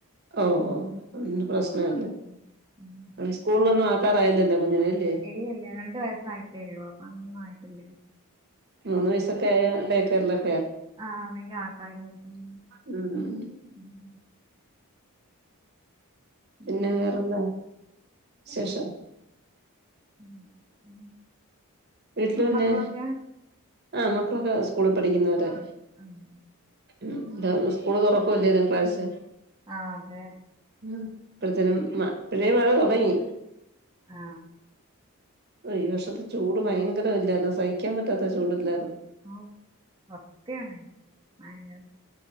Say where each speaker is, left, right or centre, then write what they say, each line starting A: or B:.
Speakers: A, on the right; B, on the right.
A: ഓ ഒ പിന്നെ പ്രശ്നല്ല
B: ഉം ഉം.
A: സ്കൂളിലൊന്നും ആക്കാ ആയില്ലല്ലോ ല്ലേ
B: ഇല്ല ഇല്ല രണ്ട് വയസ്സായിട്ടേ ഉള്ളൂ അപ്പൊ അങ്ങനൊന്നും ആയിട്ടില്ല
A: മൂന്ന്
B: ഉം
A: വയസൊക്കെ ആയാ ഡേ കെയറി
B: <unintelligible>
A: ഉം ഉം പിന്നെ
B: ഉം
A: വേറെന്താ ശേഷം
B: ഉ ഉം
A: വീട്ടില്
B: അനെ
A: പിന്നെ
B: മക്കളൊക്കെ
A: ആ മക്കളൊക്കെ സ്കൂളി പഠിക്കുന്നവരാ
B: ഉം.
A: ഉം ടാ ഉസ്കൂള് തൊറക്കുവല്ലേ തിങ്കളാഴ്ച
B: ആ അതെ
A: ഉം ഇപ്പഴത്തേനും മ ഇപ്പഴേ മഴ തൊടങ്ങി
B: ആ
A: ഓ ഈ വർഷത്തെ ചൂട് ഭയങ്കര അല്ലെ അതാ സഹിക്കാൻ പറ്റാ പ്പ ചൂടില്ല
B: ഔ സത്യാണ് ഭയങ്കര